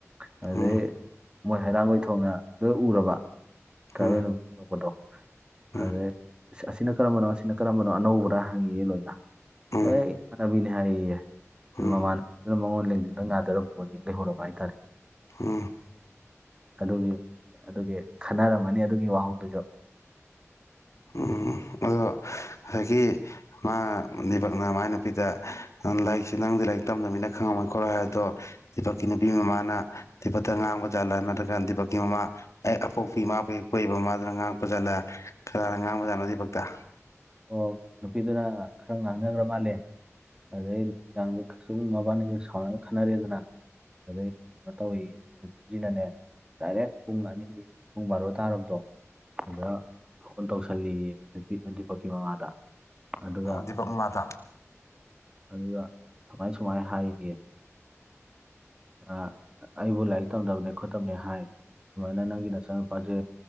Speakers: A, on the right (about 15°); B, on the left (about 70°).
A: ꯑꯗꯨꯗꯩ
B: ꯎꯝ
A: ꯃꯣꯏ ꯍꯩꯔꯥꯡꯒꯣꯏ ꯊꯣꯡꯅ ꯂꯣꯏ ꯎꯔꯕ꯫ ꯇꯔꯥꯏꯕꯦꯜ
B: ꯎꯝ
A: <unintelligible>
B: ꯎꯝ
A: ꯑꯗꯨꯗꯩꯩ ꯑꯁꯤꯅ ꯀꯔꯝꯕꯅꯣ ꯑꯁꯤꯅ ꯀꯔꯝꯕꯅꯣ ꯑꯅꯧꯕꯔ ꯍꯪꯉꯤꯌꯦ ꯂꯣꯏꯅ
B: ꯎꯝ
A: ꯑꯦ ꯏꯃꯥꯟꯅꯕꯤꯅꯤ ꯍꯥꯏꯌꯦ꯫
B: ꯎꯝ
A: ꯃꯃꯥꯟꯅꯕꯤ ꯑꯗꯨꯅ ꯃꯉꯣꯟ ꯂꯦꯡꯖꯨꯝꯗ ꯉꯥꯗꯔ ꯐꯣꯟ ꯌꯦꯡ ꯂꯩꯍꯧꯔꯕ ꯍꯥꯏꯇꯔꯦ꯫
B: <inaudible>
A: ꯑꯗꯨꯒꯤ ꯑꯗꯨꯒꯤ ꯈꯟꯅꯔꯝꯒꯅꯤ ꯑꯗꯨꯒꯤ ꯋꯥꯍꯧꯗꯨꯁꯨ꯫
B: ꯎꯝ ꯑꯗꯣ ꯍꯖꯤꯛꯀꯤ ꯃꯥ ꯗꯤꯄꯛꯅ ꯃꯥꯏ ꯅꯨꯄꯤꯗ ꯂꯥꯏꯔꯤꯛꯁꯤ ꯅꯪꯗꯤ ꯂꯥꯏꯔꯤꯛ ꯇꯝꯗꯕꯅꯤꯅ ꯈꯪꯉꯝꯃꯣꯏ ꯈꯣꯠꯂꯣꯏ ꯍꯥꯏꯑꯗꯣ ꯗꯤꯄꯛꯀꯤ ꯅꯨꯄꯤ ꯃꯃꯥꯅ ꯗꯤꯄꯛꯇ ꯉꯥꯡꯕ ꯖꯠꯂ ꯅꯠꯇ꯭ꯔꯒ ꯗꯤꯄꯛꯀꯤ ꯃꯃꯥ꯫ ꯍꯦꯛ ꯑꯄꯣꯛꯄꯤ ꯄꯕꯨ ꯍꯦꯛ ꯄꯣꯛꯏꯕ ꯃꯃꯥꯗꯨꯅ ꯉꯥꯡꯉꯛꯄ ꯖꯠꯂ ꯀꯅꯥꯅ ꯉꯥꯡꯕꯖꯠꯅꯣ ꯗꯤꯄꯛꯇ꯫
A: ꯑꯣ ꯅꯨꯄꯤꯗꯨꯅ ꯈꯔ ꯉꯥꯡꯅꯒꯔ ꯃꯥꯜꯂꯦ ꯑꯗꯩ <inaudible> ꯃꯕꯥꯅꯤꯁꯦ ꯁꯥꯎꯅꯔꯒ ꯈꯠꯅꯔꯦꯗꯅ ꯑꯗꯩ ꯀꯩꯅꯣ ꯇꯧꯏꯌꯦ ꯅꯨꯄꯤꯁꯤꯅꯅꯦ ꯗꯥꯏꯔꯦꯛ ꯄꯨꯡ ꯑꯅꯤꯒꯤ ꯄꯨꯡ ꯕꯥꯔꯣ ꯇꯥꯔꯕꯗꯣ ꯑꯗꯨꯗ ꯐꯣꯟ ꯇꯧꯁꯜꯂꯤꯌꯦ ꯅꯨꯄꯤ ꯗꯤꯄꯥꯛꯀꯤ ꯃꯃꯥꯗ ꯑꯗꯨꯒ
B: ꯗꯤꯄꯛ ꯃꯃꯥꯗ
A: ꯑꯗꯨꯒ ꯁꯨꯃꯥꯏ ꯁꯨꯃꯥꯏꯅ ꯍꯥꯏꯒꯦ ꯑꯩꯕꯨ ꯂꯥꯏꯔꯤꯛ ꯇꯝꯗꯕꯅꯤ ꯈꯣꯠꯇꯕꯅꯤ ꯍꯥꯏ ꯁꯨꯃꯥꯏꯅ ꯅꯪꯒꯤ ꯅꯆꯥꯅꯨꯄꯥꯖꯦ